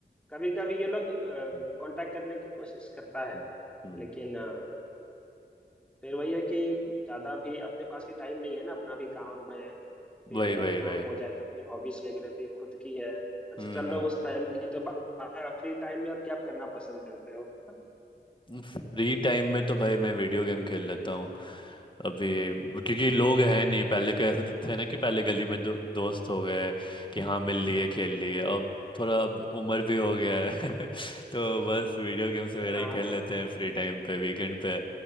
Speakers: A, in the centre; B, on the left.
A: कभी कभी ये लोग
B: हम्म
A: कांटेक्ट करने की कोशिश करता है
B: हम्म, हम्म,
A: लेकिन अ, फिर वही है कि ज्यादा भी अपने पास भी टाइम नहीं है ना अपना भी काम है फिर
B: वही
A: अगर
B: वही
A: काम
B: वही
A: हो जाए तो फिर हॉबीज वगैरह भी खुद की है अच्छा
B: हम्म
A: चलो
B: हम्म।
A: उस टाइम की तो फ्री टाइम में आप क्या करना पसंद करते हो
B: फ्री टाइम में तो भाई मैं वीडियो गेम खेल लेता हूँ अभी क्योंकि लोग हैं नहीं पहले के ऐसे तो थे ना कि पहले गली में दो, दोस्त हो गए कि हाँ मिल लिए खेल लिए अब थोड़ा अब उम्र भी हो गया है <laughs> तो बस वीडियो गेम्स वगैरह
A: हाँ
B: ही खेल लेते हैं फ्री टाइम पे वीकेंड पे